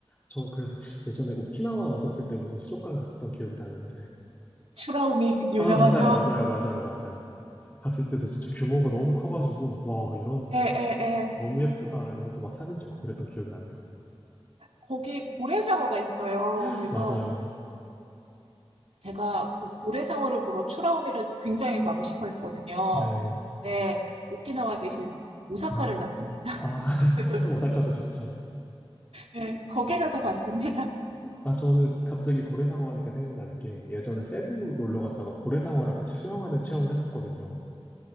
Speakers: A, on the left; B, on the right.
A: 저 그래서 예전에 오키나와 갔었을 때 무슨 수족관 갔었던 기억이 나는데,
B: 추라우미 유명하죠?
A: 아, 맞아요, 맞아요, 맞아요, 맞아요. 갔을 때도 진짜 규모가 너무 커가지고, 와, 이런,
B: 예, 예, 예.
A: 너무 예쁘다, 이러면서 막 사진 찍고 그랬던 기억이 나네요.
B: 거기 고래상어가 있어요.
A: <laughs>
B: 그래서
A: 맞아요.
B: 제가 그 고래상어를 보러 추라우미를 굉장히 가고 싶어 했거든요.
A: 네.
B: 네, 오키나와 대신 오사카를
A: 어.
B: 갔습니다.
A: 아,
B: <laughs> 그래서
A: <laughs> 오사카도 좋죠.
B: 예, 거기 가서 봤습니다. <laughs>
A: 아, 저는 갑자기 고래상어 하니까 생각나는 게, 예전에 세부 놀러 갔다가 고래상어랑 같이 수영하는 체험을 했었거든요.